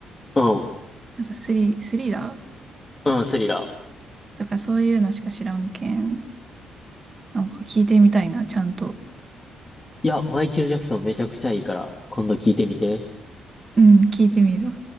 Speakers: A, on the left (about 20°); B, on the right (about 35°).
A: うん、
B: なんかスリ、スリラー
A: うん、スリラー。
B: とかそういうのしか知らんけん。なんか聞いてみたいな、ちゃんと。
A: いや、マイケル・ジャクソンめちゃくちゃいいから、今度聞いてみて。
B: うん、聞いてみる